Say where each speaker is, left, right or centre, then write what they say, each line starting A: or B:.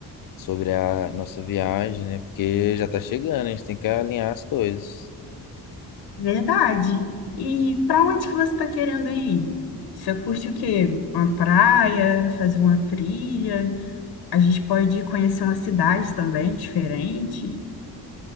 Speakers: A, on the left; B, on the left.
A: sobre a nossa viagem, né, porque já tá chegando, a gente tem que alinhar as coisas.
B: Verdade. E para onde que você está querendo ir? Você curte o quê? Uma praia, fazer uma trilha? A gente pode ir conhecer uma cidade também diferente.